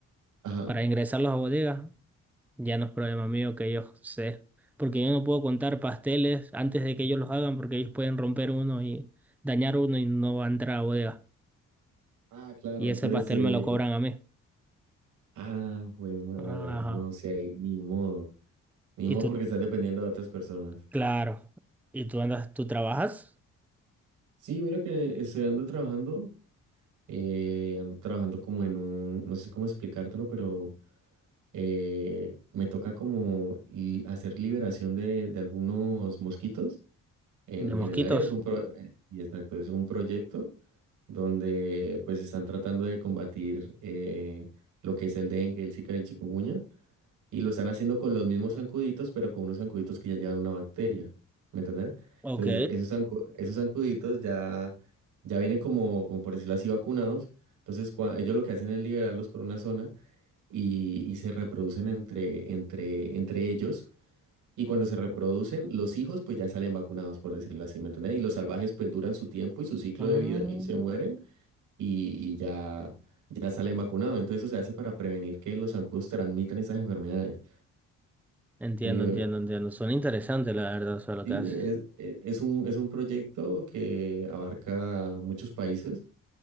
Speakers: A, on the right; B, in the centre.
A: Ajá.
B: para ingresarlos a bodegas. Ya no es problema mío que ellos se... Porque yo no puedo contar pasteles antes de que ellos los hagan porque ellos pueden romper uno y dañar uno y no va a entrar a bodega.
A: Ah, claro.
B: Y
A: Entonces,
B: ese pastel
A: eh,
B: me lo cobran a mí.
A: Ah, güey, madre.
B: Ajá.
A: No, si ahí ni modo. Ni
B: Y
A: modo
B: tú,
A: porque estás dependiendo de otras personas.
B: claro. ¿Y tú andas, tú trabajas
A: Sí, mira que estoy ando trabajando. eh, ando trabajando como en un. No sé cómo explicártelo, pero eh, me toca como li- hacer liberación de, de algunos mosquitos en,
B: de mosquitos?
A: en el área. Es un pro, eh, y exacto, es un proyecto donde pues están tratando de combatir eh, lo que es el dengue, el Zika y el chikungunya. Y lo están haciendo con los mismos zancuditos, pero con unos zancuditos que ya llevan una bacteria. ¿Me entendés?
B: Ok.
A: Entonces, esos, zancu- esos zancuditos ya, ya vienen como, como, por decirlo así, vacunados. Entonces, cua- ellos lo que hacen es liberarlos por una zona y, y se reproducen entre, entre, entre ellos. Y cuando se reproducen, los hijos pues ya salen vacunados, por decirlo así, ¿me entendés? Y los salvajes pues duran su tiempo y su ciclo
B: Ah,
A: de vida y se mueren y, y ya, ya salen vacunados. Entonces, eso se hace para prevenir que los zancudos transmitan esas enfermedades.
B: Entiendo,
A: Eh,
B: entiendo, entiendo. Son interesantes, la verdad, eso lo
A: Sí,
B: que haces.
A: es, e- es un, es un proyecto que abarca muchos países.